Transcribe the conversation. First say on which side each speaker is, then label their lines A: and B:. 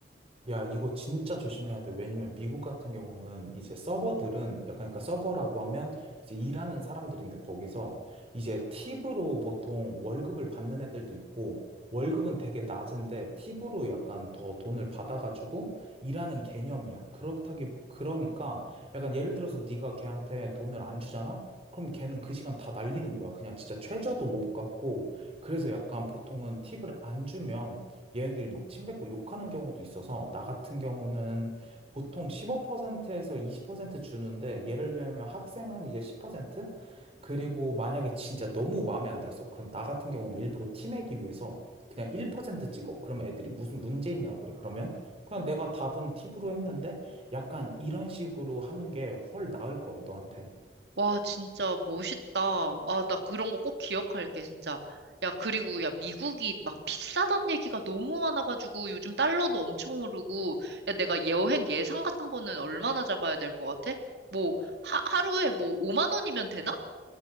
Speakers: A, on the right; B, on the right.
A: 야, 이거 진짜 조심해야 돼. 왜냐면 미국 같은 경우는 이제 서버들은 약간 그러니까 서버라고 하면 이제 일하는 사람들인데 거기서 이제 팁으로 보통 월급을 받는 애들도 있고 월급은 되게 낮은데 팁으로 약간 더 돈을 받아가지고 일하는 개념이야. 그렇다기 그러니까 약간 예를 들어서 네가 걔한테 돈을 안 주잖아? 그럼 걔는 그 시간 다 날리는 거야. 그냥 진짜 최저도 못 갚고 그래서 약간 보통은 팁을 안 주면 얘네들이 막 침뱉고 욕하는 경우도 있어서 나 같은 경우는 보통 15%에서 20% 주는데 예를 들면 학생은 이제 10% 그리고 만약에 진짜 너무 마음에 안 들었어. 그럼 나 같은 경우는 일부러 티내기 위해서 그냥 1% 찍어. 그럼 애들이 무슨 문제 있냐고 그래. 그러면 그냥 내가 답은 팁으로 했는데 약간 이런 식으로 하는 게 훨 나을 거야, 너한텐.
B: 와, 진짜 멋있다. 아, 나 그런 거 꼭 기억할게, 진짜. 야, 그리고 야, 미국이 막 비싸단 얘기가 너무 많아가지고 요즘 달러도 엄청 오르고, 야, 내가 여행 예상 같은 거는 얼마나 잡아야 될 것 같아? 뭐, 하, 하루에 뭐 5만 원이면 되나?